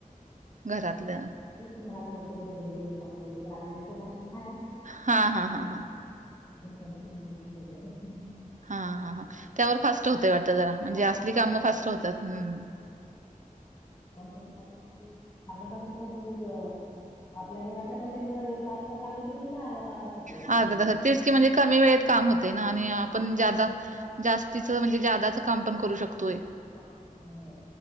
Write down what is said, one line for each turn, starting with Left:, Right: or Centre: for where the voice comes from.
Right: घरातलं
Left: घरात मशीन घेऊन टाकलंय ते गार्मेंटचं मशीन आहे.
Right: हा हा हा हा.
Left: सरा त <unintelligible>
Right: हा हा हा. त्यावर फास्ट होतय वाटतं जरा म्हणजे
Left: फास्ट
Right: असली
Left: होतय
Right: कामं
Left: जरा
Right: फास्ट होतात हम्
Left: आम पण खातते अर्धा तासाच ब आपल्या घरातल्या मशीनवर एक तासभर लागते ते का अर्धा तासात होतय या
Right: हा
Left: मशीनवर
Right: तेच की म्हणजे कमी वेळेत काम होत ना आणि
Left: काम
Right: आपण
Left: होतय
Right: जास्ती म्हणजे जदाच काम पण करू शकतोय.
Left: अछा हो